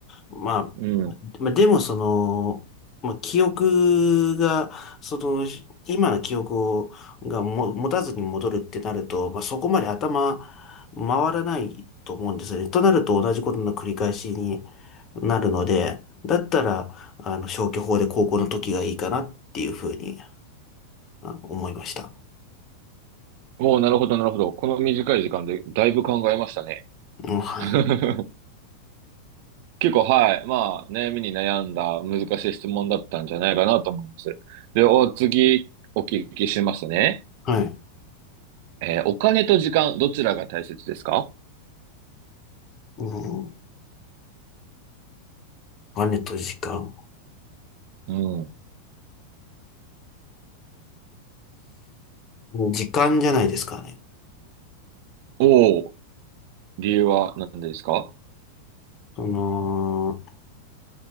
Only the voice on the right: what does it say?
うん。
おお、なるほど、なるほど。この短い時間でだいぶ考えましたね。
<laughs> 結構、はい。まあ、悩みに悩んだ難しい質問だったんじゃないかなと思います。で、お、次、お聞きしますね。
えーお金と時間、どちらが大切ですか
うん。
おお、理由は何ですか